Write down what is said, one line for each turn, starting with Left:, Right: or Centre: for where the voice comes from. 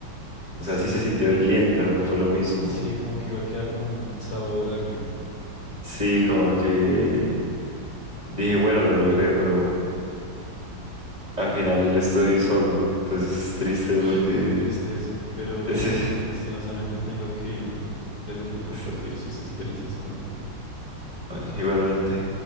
Right: o
Left: Sí,
Right: sea, sí se sintió bien, pero no fue lo mismo.
Left: sí, como que igual queda como un sabor agrio.
Right: Sí, como que dije, bueno, lo logré, pero al final estoy solo. Entonces es triste
Left: Uy,
Right: porque
Left: qué triste eso. Pero
Right: <laughs>
Left: bueno,
Right: Sí,
Left: lastimosamente tengo que irme. Gracias por compartir
Right: es-
Left: sus experiencias conmigo.
Right: bueno, igualmente.